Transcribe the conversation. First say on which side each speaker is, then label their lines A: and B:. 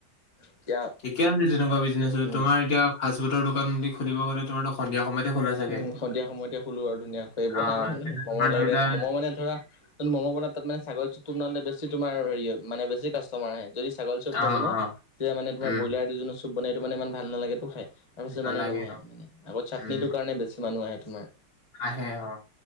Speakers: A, on the left; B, on the left.
A: এতিয়া
B: ঠিকে আছে, তেনেকুৱা বিজনেছো।
A: উম
B: তোমাৰ এতিয়া ফাষ্ট ফুডৰ দোকান বুলি খুলিব গ'লে তোমাৰতো সন্ধিয়া সময়তে খোলা চাগে।
A: উম, সন্ধিয়া সময়তে খুলো আৰু ধুনীয়াকৈ বনাও,
B: অ তেতিয়া
A: ম'ম'
B: তোমাৰ
A: লাগে
B: ধৰি লোৱা
A: ম'ম' মানে ধৰা মম' বনাত তাত মানে ছাগলী চুপটো বনালে বেছি তোমাৰ হেৰি হয় মানে কাষ্টমাৰ আহে। যদি ছাগলী চুপ
B: অ
A: নবনোৱা
B: অ
A: তেতিয়া মানে তোমাৰ
B: উম
A: ব্ৰইলাৰ দি জোনে চুপ বনাই সেইটো মানে ইমান ভাল নালাগেতো খাই তাৰপিছত
B: নালাগে
A: মানে নহয়
B: অ
A: মানে, আগত চাটনিটোৰ
B: উম
A: কাৰণে বেছি মানুহ আহে তোমাৰ।
B: আহে অ'।